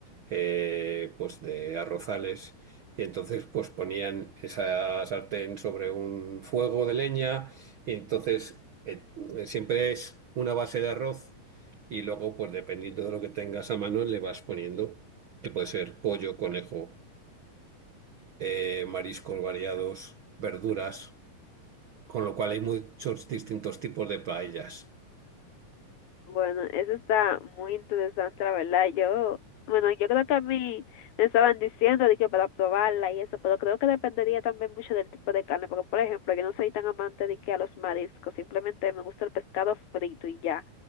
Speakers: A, on the right; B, on the left.
A: eh, pues de arrozales y entonces pues ponían esa sartén sobre un fuego de leña y entonces eh, siempre es una base de arroz y luego pues dependiendo de lo que tengas a mano le vas poniendo que puede ser pollo, conejo, eh, mariscos variados, verduras, con lo cual hay muchos distintos tipos de paellas.
B: Bueno, eso está muy interesante, la verdad. Yo, bueno, yo creo que a mí me estaban diciendo de que para probarla y eso, pero creo que dependería también mucho del tipo de carne, porque por ejemplo, yo no soy tan amante de que a los mariscos, simplemente me gusta el pescado frito y ya.